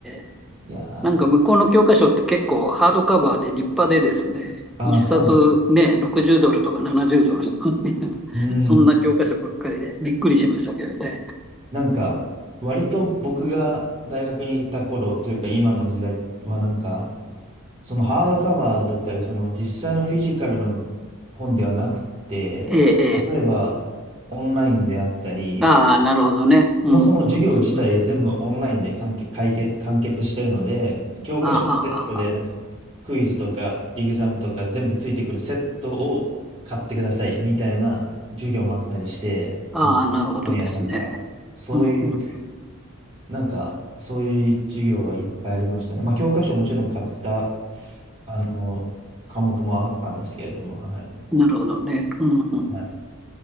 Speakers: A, in the centre; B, on the right.
A: え
B: いやー、あ
A: なんか向こうの教科書って結構ハードカバーで立派でですね、
B: あ、
A: 一冊ね、
B: そうなの。
A: 60ドルとか70ドルとかね <laughs>
B: うん
A: そんな教科書ばっかりでびっくりしましたけどね。
B: なんか、割と僕が大学に行った頃というか今の時代はなんか、そのハードカバーだったり、その実際のフィジカルの本ではなくて、
A: ええええ
B: 例えばオンラインであったり、
A: ああ、なるほどね。うん、
B: そもそも授業自体が全部オンラインで完結、
A: うん、うん、うん。あ
B: 解決、完結してるので、教科書とセットでなんかクイズとかエグザムとか全部ついてくるセットを買ってくださいみたいな授業もあったりして、
A: あ、はあはあはあああ、
B: その本屋さんから。
A: なるほどですね。
B: そういう
A: うん、う
B: なんか、そういう授業はいっぱいありましたね。まあ、教科書もちろん買った、あの、科目もあったんですけれども、はい。
A: ん。なるほどね。うん、うん。
B: は